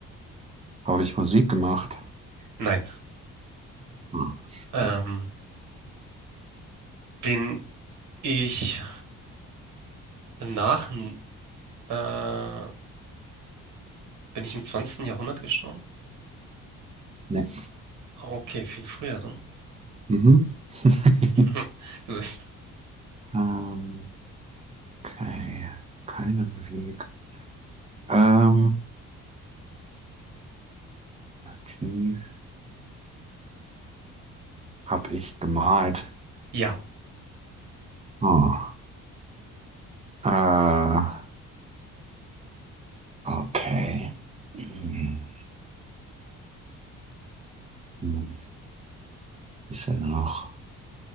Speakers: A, on the right; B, on the right.
A: habe ich Musik gemacht?
B: nein.
A: Hm.
B: Ähm,
A: shit.
B: bin ich nach, äh, bin ich im zwanzigsten Jahrhundert gestorben?
A: Nee.
B: Okay, viel früher dann.
A: Mhm. <laughs>
B: <laughs> Du bist.
A: Ähm, okay. Keine Musik. Ähm, ja, Jeez. Hab ich gemalt?
B: Ja,
A: Hm. Äh, okay. Mhm. Hm, Ist er noch?